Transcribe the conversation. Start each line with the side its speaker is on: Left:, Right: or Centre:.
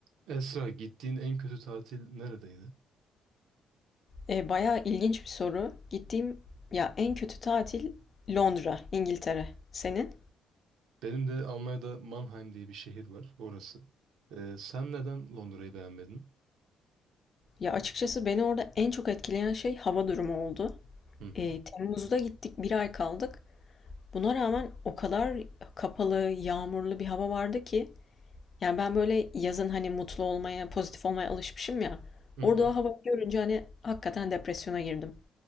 Right: Esra, gittiğin en kötü tatil neredeydi?
Left: E, bayağı ilginç bir soru. Gittiğim ya en kötü tatil Londra, İngiltere. Senin?
Right: Benim de Almanya'da Mannheim diye bir şehir var, orası. Ee, sen neden Londra'yı beğenmedin?
Left: Ya açıkçası beni orada en çok etkileyen şey hava durumu oldu.
Right: Hı hı.
Left: E, Temmuz'da gittik, bir ay kaldık. Buna rağmen o kadar kapalı, yağmurlu bir hava vardı ki. Yani ben böyle yazın hani mutlu olmaya, pozitif olmaya alışmışım ya.
Right: Hı
Left: Orada
Right: hı.
Left: o havayı görünce hani hakikaten depresyona girdim.